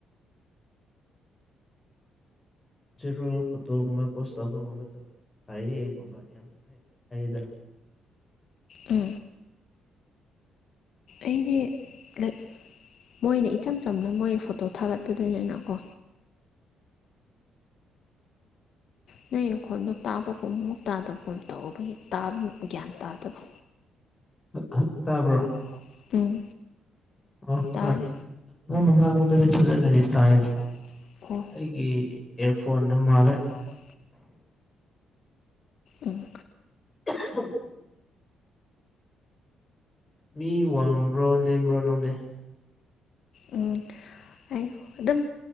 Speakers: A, on the left; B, on the left.
A: <inaudible> ꯖꯦꯔꯣ ꯐꯣꯇꯣꯒꯨꯝꯕ ꯄꯣꯁ ꯇꯧꯕꯒꯨꯝꯕꯗꯣ ꯐꯌꯦꯒꯨꯝꯕ ꯌꯥꯝ ꯍꯥꯏꯌꯦꯗꯅ
B: ꯎꯝ ꯑꯩꯒꯤ ꯂꯥꯏꯛ ꯃꯣꯏꯅ ꯏꯆꯝ ꯆꯝꯅ ꯃꯣꯏ ꯐꯣꯇꯣ ꯊꯥꯒꯠꯄꯗꯨꯅꯤꯅ ꯀꯣ ꯅꯪꯩ ꯅꯈꯣꯟꯗꯣ ꯇꯥꯕꯒꯨꯝ ꯃꯨꯛ ꯇꯥꯗꯕꯒꯨꯝ ꯇꯧꯕꯒꯤ ꯇꯥꯕ ꯒ꯭ꯌꯥꯟ ꯇꯥꯗꯕ
A: ꯍꯛ ꯍꯛ ꯇꯥꯕ꯭ꯔꯣ
B: <unintelligible> ꯎꯝ
A: ꯑꯣ
B: ꯇꯥꯔꯦ
A: ꯍꯣꯏꯣꯏꯪꯗ ꯐꯖ ꯏꯇꯦ
B: <unintelligible>
A: ꯑꯩꯒꯤ ꯏꯌꯥꯔꯐꯣꯟ ꯑꯃ ꯃꯥꯜꯂ
B: ꯃꯥꯜꯂꯦ ꯎꯝ
A: ꯑꯍꯝ ꯃꯤ ꯋꯥꯡꯕ꯭ꯔꯣ ꯅꯦꯝꯕ꯭ꯔꯣ ꯅꯪꯗꯦ
B: ꯎꯝ ꯍꯥꯏꯌꯨ ꯑꯗꯨꯝ